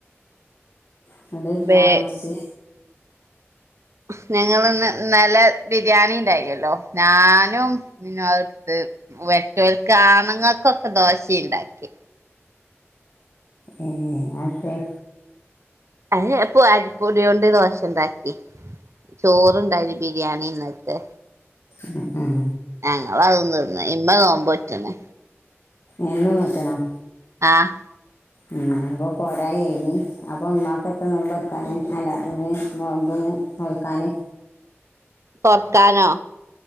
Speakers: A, on the left; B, on the right.
A: അതോണ്ട് ചായ
B: വേ
A: കുടിച്ച്
B: ഉം ഞങ്ങളിന്ന് ഇന്നലെ ബിരിയാണി ഉണ്ടായില്ലല്ലോ ഞാനും പിന്നെ അടുത്ത് വേ <unintelligible> ആണുങ്ങൾക്കൊക്കെ ദോശ ഉണ്ടാക്കി
A: ഉം അതെ
B: അയിന് അപ്പൊ അരിപ്പൊടി കൊണ്ട് ദോശ ഇണ്ടാക്കി. ചോറുണ്ടായി ബിരിയാണി ഇന്നലത്തെ
A: ഉം ഉം
B: ഞങ്ങള് അതും തീർന്നു ഇന്നാ നോമ്പ് നോറ്റണേ
A: ഇനിയെന്നും നോറ്റണം
B: ആഹ്
A: ഉം അപ്പൊ പോരായ ഇനി അപ്പൊ ഉമ്മാക്ക് എത്ത നോമ്പ് തുറക്കാന് അല്ല ഇന്ന് നോമ്പ് ഉം നോൽക്കാന്
B: തൊർക്കാനോ